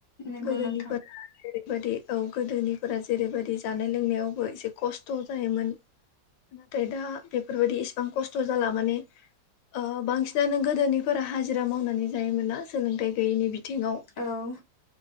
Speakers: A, on the left; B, on the left.
A: नंगौ
B: गोदोनि
A: नोंथां
B: <unintelligible> जेरैबायदि औ गोदोनिफोरा जेरैबायदि जानाय लोंनायावबो एसे खस्थ' जायोमोन नाथाय दा बेफोरबायदि इसिबां खस्थ' जाला माने ओ बांसिनानो गोदोनिफोरा हाजिरा मावनानै जायोमोन ना सोलोंथाइ गैयैनि बि थिङाव
A: औ